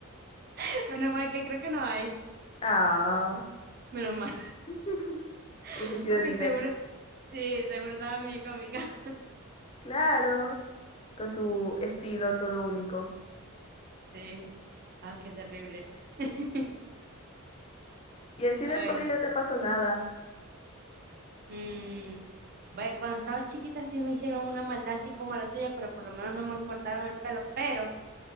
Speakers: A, on the right; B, on the left.
A: <laughs> Menos mal que creo que no hay.
B: Ah.
A: Menos mal.
B: <laughs> Hubiese
A: <laughs>
B: sido
A: Aunque
B: Diver.
A: seguro, sí, seguro estaba bien cómica. <laughs>
B: Claro, con su estilo todo único.
A: Sí. Ah, qué terrible. <laughs>
B: Y así
A: Ay,
B: en el colegio
A: no.
B: no te pasó nada.
A: Mm, ve, cuando estaba chiquita sí me hicieron una maldad así como la tuya, pero por lo menos no me cortaron el pelo. Pero